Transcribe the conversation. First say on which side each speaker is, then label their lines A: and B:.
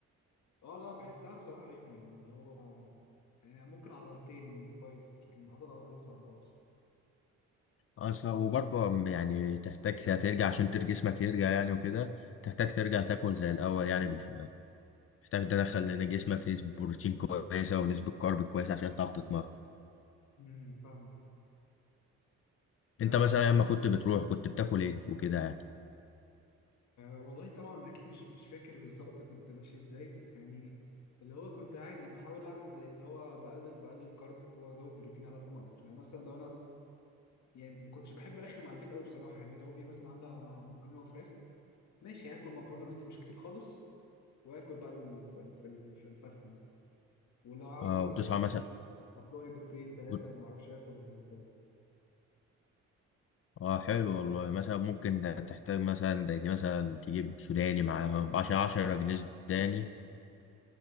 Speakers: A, on the left; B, on the left.
A: اه لا بحسها بصراحة رخمة يعني اللي هو يعني ممكن عضلتين كويس لكن عضلة واحدة دي صعبة أوي
B: اصلا وبرضه يعني تحتاج هترجع عشان تر- جسمك يرجع يعني وكده تحتاج
A: مم.
B: ترجع تاكل زي الاول يعني بشويه محتاج تدخل هنا جسمك نسبه بروتين كويسه ونسبه كارب كويسه عشان تعرف تتمرن
A: امم فاهمك آه
B: انت مثلا لما كنت بتروح كنت بتاكل ايه وكده يعني
A: آه والله طبعا اكيد مش مش فاكر بالظبط كنت ماشي ازاي بس يعني اللي هو كنت عادي بحاول اعمل زي اللي هو بقلل بقلل كارب وازود بروتين على قد ما اقدر يعني مثلا لو انا يعني ما كنتش بحب ارخم على البيت قوي بصراحه يعني لو امي مثلا عامله مكرونه وفراخ ماشي هاكل مكرونه بس مش كتير خالص واكل بقى الف- الف- الف- الفرخه مثلا ولو اعرف
B: اه
A: مثلا
B: وتصحى
A: أص- اصل
B: مثلا
A: اطلق لي بيضتين ثلاثه
B: وت-
A: وما اعرفش اكل طيب
B: اه حلو والله مثلا ممكن تحتاج مثلا زي مثلا تجيب سوداني معاها بعشرة عشرة جنيه سوداني